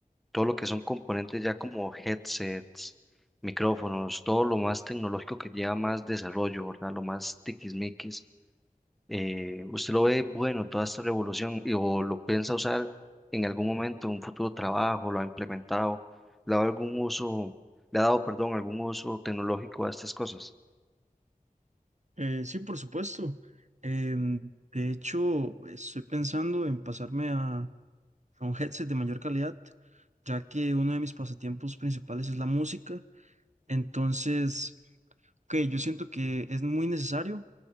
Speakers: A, in the centre; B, on the right.
A: todo lo que son componentes ya como headsets, micrófonos, todo lo más tecnológico que lleva más desarrollo, ¿verdad? Lo más tiquismiquis eh, ¿usted lo ve bueno toda esta revolución y, o lo piensa usar en algún momento, en un futuro trabajo, lo ha implementado, le ha dado algún uso, le ha dado, perdón, algún uso tecnológico a estas cosas?
B: Eh, sí, por supuesto. Em, de hecho, estoy pensando en pasarme a, a un headset de mayor calidad, ya que uno de mis pasatiempos principales es la música. Entonces... Ok, yo siento que es muy necesario,